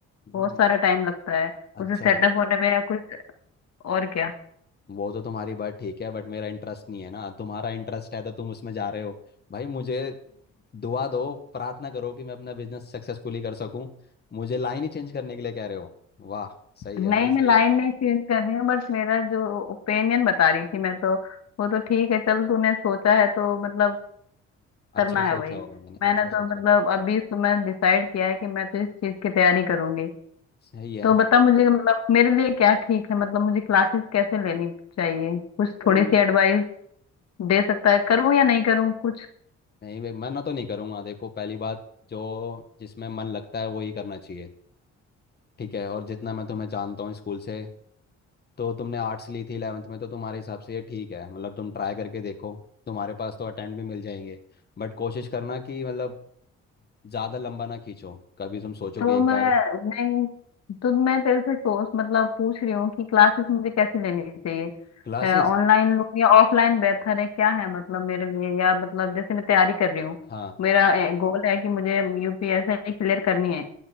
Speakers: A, on the left; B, on the left.
A: हम्म,
B: बहुत सारा टाइम लगता है
A: अच्छा
B: उसे सेटअप होने में या कुछ और क्या
A: वो तो तुम्हारी बात ठीक है बट मेरा इंटरेस्ट नहीं है ना तुम्हारा इंटरेस्ट है तो तुम उसमें जा रहे हो भाई मुझे दुआ दो प्रार्थना करो कि मैं अपना बिजनेस सक्सेसफुली कर सकूं मुझे लाइन ही चेंज करने के लिए कह रहे हो वाह सही
B: नहीं
A: है भाई सही
B: मैं लाइन
A: है
B: नहीं चेंज कर रही हूँ बट मेरा जो ओपिनियन बता रही थी मैं तो वो तो ठीक है चल तूने सोचा है तो मतलब करना
A: अच्छा ही सोचा
B: है वही
A: होगा मैंने
B: मैंने
A: अच्छा सोचा
B: तो मतलब
A: होगा
B: अभी सुबह डिसाइड किया है कि मैं तो इस चीज की तैयारी करूंगी
A: सही है
B: तो बता मुझे कि मतलब मेरे लिए क्या ठीक है मतलब मुझे क्लासेस कैसे लेनी चाहिए कुछ
A: सही।
B: थोड़ी सी एडवाइस दे सकता है करूँ या नहीं करूँ कुछ
A: नहीं भाई मना तो नहीं करूंगा देखो पहली बात जो जिसमें मन लगता है वो ही करना चाहिए ठीक है और जितना मैं तुम्हें जानता हूँ स्कूल से तो तुमने आर्ट्स ली थी इलेवेंथ में तो तुम्हारे हिसाब से ये ठीक है मतलब तुम ट्राई करके देखो तुम्हारे पास तो अटेम्प्ट भी मिल जाएंगे बट कोशिश करना कि मतलब ज़्यादा लंबा ना खींचो कभी तुम सोचो
B: तो
A: कि एक
B: मैं
A: बार
B: नहीं तो मैं तेरे से सोच मतलब पूछ रही हूँ कि क्लासेस मुझे कैसी लेनी चाहिए
A: क्लासेस
B: ऑनलाइन लूँ या ऑफलाइन बेहतर है क्या है मतलब मेरे लिए या मतलब जैसे मैं तैयारी कर रही हूँ
A: हाँ
B: मेरा गोल है कि मुझे यूपीएससी क्लियर करनी है